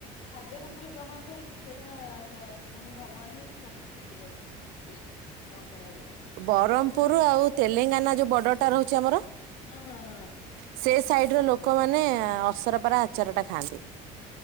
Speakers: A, on the left (about 70°); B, on the right (about 75°).
A: ଖାଦ୍ୟ ରୂପରେ ଗ୍ରହଣ କରୁଚି, ସେଇଟା ସ ମାନେ ଭଗବାନ ହିଁ ସବୁ ସୃ ଚି କରିଚନ୍ତି କଣ କରାଯିବ।
B: ବରହ୍ମପୁର ଆଉ ତେଲେଙ୍ଗାନା ଯୋଉ ବର୍ଡରଟା ରହୁଚି ଆମର।
A: ନ ହଁ ହଁ।
B: ସେ ସାଇଡ ର ଲୋକମାନେ ଅସରପାର ଆଚାର ଟା ଖାଆନ୍ତି।